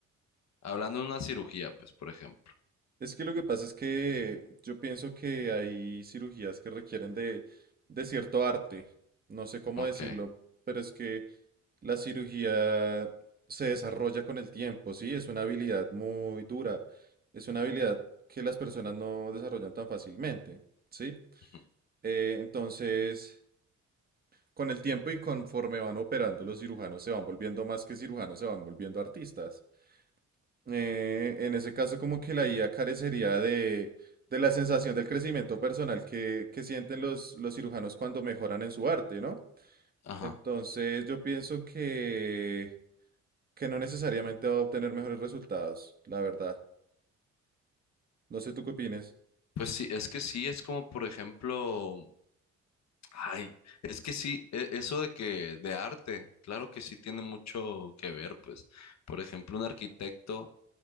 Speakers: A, on the left; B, on the right.
A: Hablando de una cirugía, pues, por ejemplo.
B: Es que lo que pasa es que yo pienso que hay cirugías que requieren de, de cierto arte. No sé cómo
A: Ok.
B: decirlo, pero es que la cirugía se desarrolla con el tiempo, ¿sí? Es una habilidad muy dura. Es una habilidad que las personas no desarrollan tan fácilmente, ¿sí?
A: Ujú.
B: Eh, entonces, con el tiempo y conforme van operando los cirujanos se van volviendo más que cirujanos, se van volviendo artistas. Eh, en ese caso, como que la IA carecería de, de la sensación del crecimiento personal que, que sienten los, los cirujanos cuando mejoran en su arte, ¿no?
A: Ajá.
B: Entonces, yo pienso que, que no necesariamente va a obtener mejores resultados, la verdad. No sé tú qué opines.
A: Pues sí, es que sí, es como, por ejemplo, ay, es que sí, e- eso de que, de arte, claro que sí tiene mucho que ver, pues. Por ejemplo, un arquitecto.